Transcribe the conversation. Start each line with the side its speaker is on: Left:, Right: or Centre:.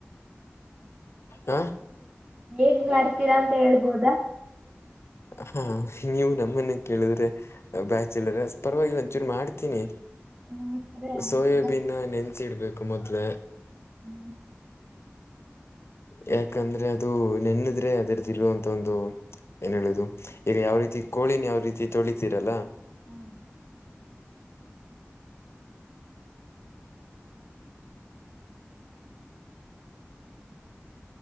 Left: ಹ
Right: ಹೇಗ ಮಾಡ್ತೀರಾ ಅಂತ ಹೇಳ್ಬೋದಾ?
Left: ಹಾ ನೀವು ನಮ್ಮನ್ನ ಕೇಳಿದ್ರೆ ಬ್ಯಾಚಲರ್ ಪರವಾಗಿಲ್ಲ ಒಚೂರು ಮಾಡ್ತೀನಿ
Right: ಹ್ಮ್ ಅದೇ ಆತರ
Left: ಸೋಯಾಬೀನ್ ನೆನ್ಸಿಡ್ಬೇಕು ಮೊದ್ಲ
Right: ಹ್ಮ್
Left: ಯಾಕಂದ್ರೆ ಅದು ನೆನ್ನದ್ರೆ ಅದರದ್ದು ಇರುವಂತ ಒಂದು ಏನ್ ಹೇಳುದು ಈಗ ಯಾವ ರೀತಿ ಕೋಳಿನ ಯಾವ ರೀತಿ ತೊಳಿತೀರಲ್ಲ
Right: ಹಾ <inaudible>